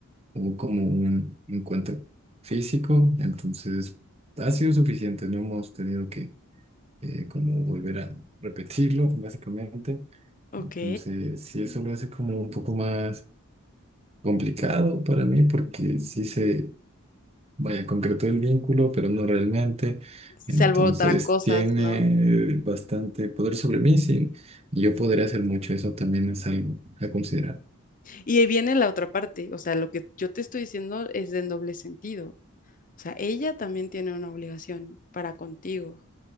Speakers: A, on the right; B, on the left.
A: hubo como un encuentro físico, entonces ha sido suficiente, no hemos tenido que eh, como volver a repetirlo, básicamente.
B: Ok,
A: Entonces, sí, eso lo hace como un poco más complicado para mí, porque sí se, vaya, concretó el vínculo, pero no realmente.
B: se
A: Entonces,
B: alborotarán cosas,
A: tiene
B: ¿no?
A: bastante poder sobre mí, sí, y yo podría hacer mucho, eso también es algo a considerar.
B: Y ahí viene la otra parte, o sea, lo que yo te estoy diciendo es de doble sentido. O sea, ella también tiene una obligación para contigo.